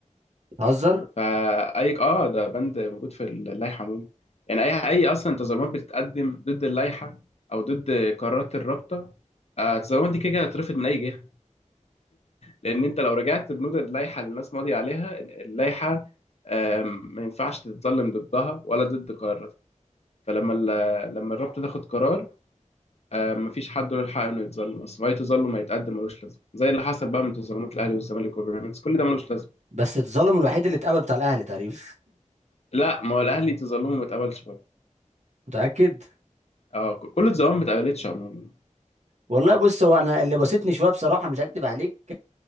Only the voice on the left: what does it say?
فاي اه ده بند موجود في اللائحه عموما يعني اي اي اصلا تظلمات بتتقدم ضد اللائحه او ضد قرارات الرابطه آه، التظلمات دي كده كده هتترفض من اي جهه لان انت لو رجعت بنود اللائحه اللي الناس ماضيه عليها اللائحه آم، ما ينفعش تتظلم ضدها ولا ضد قراراتها فلما ال- لما الرابطه تاخد قرار آه، مفيش حد له الحق انه يتظلم اصلا اي تظلم هيتقدم ملوش لازمه زي اللي حصل بقى من تظلمات الاهلي والزمالك وبيراميدز كل ده ملوش لازمه
لا ما هو الاهلي تظلمه ما اتقبلش
اه ك- كل الظواهر ما اتقبلتش عموما